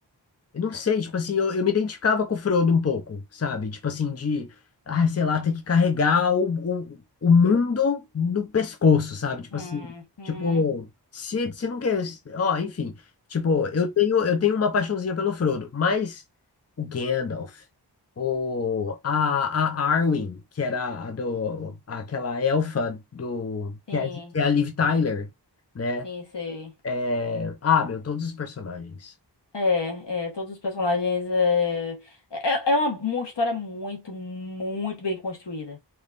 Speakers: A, on the left; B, on the left.
A: eu não sei, tipo assim, eu, eu me identificava com o Frodo um pouco, sabe? Tipo assim, de, ai, sei lá, ter que carregar o, o, o mundo no pescoço, sabe? Tipo
B: hum,
A: assim,
B: hum.
A: tipo, se, se não quer, ó, enfim, tipo, eu tenho, eu tenho uma paixãozinha pelo Frodo, mas o Gandalf, o, a, a Arwen, que era a do, aquela elfa do,
B: Sim,
A: que é, que é a Liv Tyler, né?
B: sim, sei.
A: É, ah, meu, todos os personagens.
B: É, é, todos os personagens. É, é, é é uma, uma história muito, muito bem construída.